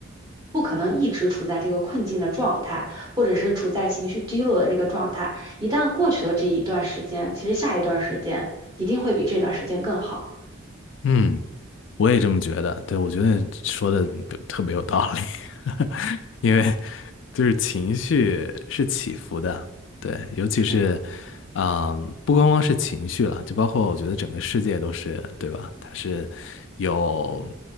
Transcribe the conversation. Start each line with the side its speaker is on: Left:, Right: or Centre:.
Right: 不可能一直处在这个困境的状态，或者是处在情绪低落的这个状态。一旦过去了这一段时间，其实下一段时间一定会比这段时间更好。
Left: 嗯，我也这么觉得。对，我觉得说的特别有道理，<laughs> 因为就是情绪是起伏的，对，尤其是，
Right: 是呢，
Left: 嗯，不光光是情绪了，就包括我觉得整个世界都是，对吧？它是有